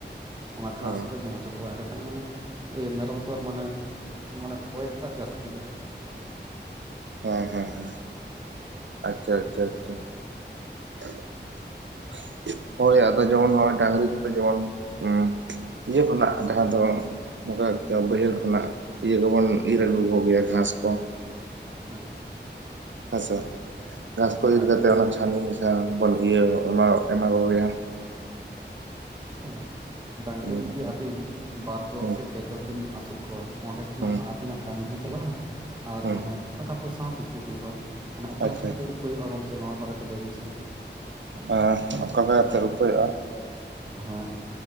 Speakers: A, on the right; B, on the right.
A: ᱚᱱᱟ ᱜᱷᱟᱸᱥ
B: ᱚ
A: ᱦᱚᱸᱞᱮ ᱡᱚᱢ ᱦᱚᱪᱚ ᱠᱚᱣᱟ᱾ ᱮᱸᱰᱮ ᱠᱷᱟᱱ ᱢᱟᱱᱮ ᱤᱭᱟᱹ ᱢᱮᱨᱚᱢ ᱠᱚᱣᱟᱜ ᱢᱟᱱᱮ ᱢᱟᱱᱮ ᱚᱭᱮᱠᱴᱟᱜ ᱡᱟᱹᱥᱛᱤᱜᱼᱟ᱾
B: ᱦᱮᱸ ᱦᱮᱸ ᱦᱮᱸ ᱟᱪᱪᱷᱟ
A: ᱱᱚᱜᱼᱚ
B: ᱟᱪᱷᱟ
A: ᱱᱚᱝᱠᱟ
B: ᱟᱪᱷᱟ <inaudible> ᱦᱳᱭ ᱟᱫᱚ ᱡᱚᱢᱚᱱ ᱱᱚᱜᱼᱚᱭ ᱰᱟᱝᱨᱤ ᱠᱚᱫᱚ ᱡᱚᱢᱚᱱ ᱦᱸ ᱤᱭᱟᱹ ᱠᱷᱚᱱᱟᱜ ᱡᱟᱦᱟᱸ ᱫᱚ ᱱᱚᱝᱠᱟ <inaudible> ᱵᱟᱹᱭᱦᱟᱹᱲ ᱠᱷᱚᱱᱟᱜ ᱤᱭᱟᱹ ᱠᱚᱵᱚᱱ ᱤᱨ ᱟᱹᱜᱩ ᱠᱚᱜᱮᱭᱟ ᱜᱷᱟᱸᱥ ᱠᱚ
A: ᱦᱮᱸ
B: ᱟᱪᱷᱟ ᱜᱷᱟᱸᱥ ᱠᱚ
A: ᱦᱮᱸ
B: ᱤᱨ ᱠᱟᱛᱮ
A: ᱜᱚᱝᱠᱮ
B: ᱚᱱᱟ ᱪᱷᱟᱹᱱᱤ ᱢᱮᱥᱟ ᱵᱚᱱ ᱤᱭᱟᱹ ᱮᱢᱟ ᱮᱢᱟ ᱠᱚ ᱜᱮᱭᱟ
A: ᱦᱚᱭ ᱰᱟᱝᱨᱤ
B: ᱦᱩᱸ
A: ᱡᱩᱫᱤ
B: ᱦᱩᱸ
A: ᱟᱵᱤᱱ ᱵᱟᱨ ᱡᱚᱲ
B: ᱦᱩᱸ
A: ᱥᱮ ᱯᱮ ᱡᱚᱲ ᱵᱤᱱ ᱟᱹᱥᱩᱞ ᱠᱚᱣᱟ᱾ ᱚᱸᱰᱮ ᱠᱷᱚᱱᱟᱜ
B: ᱦᱩᱸ
A: ᱦᱚᱸ ᱟᱹᱵᱤᱱᱟᱜ ᱠᱟᱹᱢᱤ ᱦᱚᱸ ᱪᱟᱞᱟᱜ-ᱟ᱾ ᱟᱨ
B: ᱦᱩᱸ
A: ᱢᱟᱱᱮ ᱴᱟᱠᱟ ᱯᱚᱭᱥᱟ ᱦᱚᱸ ᱠᱤᱪᱷᱩ ᱦᱩᱭᱩᱜ-ᱟ᱾ ᱚᱱᱮ ᱚᱠᱟ
B: ᱟᱪᱪᱷᱟ
A: ᱞᱮᱠᱟ ᱠᱟᱛᱮ ᱩᱯᱟᱹᱭᱚᱜ-ᱟ ᱜᱚᱢᱠᱮ ᱱᱚᱣᱟ ᱵᱟᱨᱮᱛᱮ ᱞᱟᱹᱭ ᱵᱤᱱ ᱥᱮ?
B: ᱟ ᱚᱠᱟ ᱵᱮᱲᱟ ᱛᱮ ᱨᱩᱯᱟᱹᱭᱚᱜ-ᱟ᱾
A: ᱦᱮᱸ